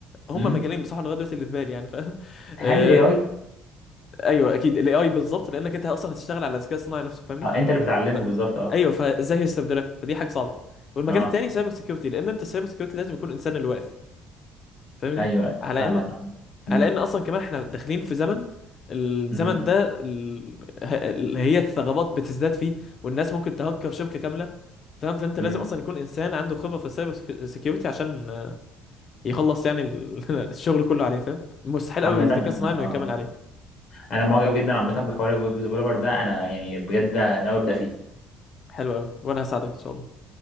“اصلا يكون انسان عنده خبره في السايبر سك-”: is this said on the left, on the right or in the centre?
Left